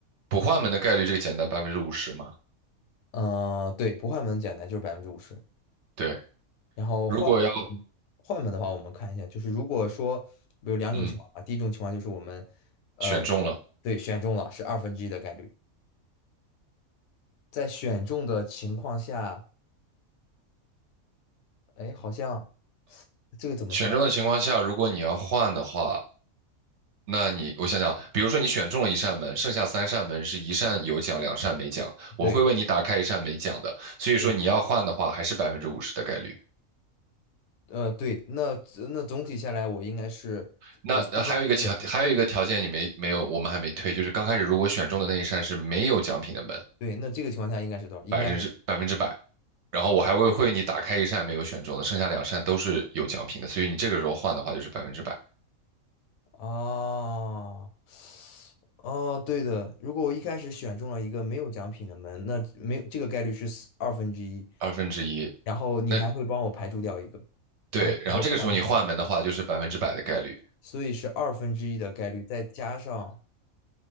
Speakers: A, on the right; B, on the left.
A: 不换门的概率这个简单，百分之五十嘛。
B: 嗯，对，不换门简单，就是百分之五十。
A: 对，
B: 然后换嗯换门的话，
A: 如果要
B: 我们看一下，就是如果说有两种情况吧，
A: 嗯
B: 第一种情况就是我们呃
A: 选中了，
B: 对选中了是二分之一的概率。在选中的情况下，哎，好像这个怎么算？
A: 选中的情况下，如果你要换的话，那你我想想，比如说你选中了一扇门，剩下三扇门是一扇有奖，两扇没奖，我会为你打开一扇没奖的，
B: 对
A: 所以说你要换的话，
B: 对，
A: 还是百分之五十的概率。
B: 呃，对，那那总体下来，我应该是呃四分之一的概率。
A: 那那还有一个条，还有一个条件你没没有，我们还没推，就是刚开始如果选中的那一扇是没有奖品的门，
B: 对，那这个情况下应该是多少？应该
A: 百分之百分之百，然后我还会会你打开一扇没有选中的，剩下两扇都是有奖品的，所以你这个时候换的话就是百分之百，
B: 啊，哦，哦对的。如果我一开始选中了一个没有奖品的门，那没有这个概率是四二分之一，
A: 二分之一。
B: 然后你还会帮我排除掉一个，
A: 那对，
B: 然后就是我换成百分之，
A: 然后这个时候你换门的话就是百分之百的概率。
B: 所以是二分之一的概率，再加上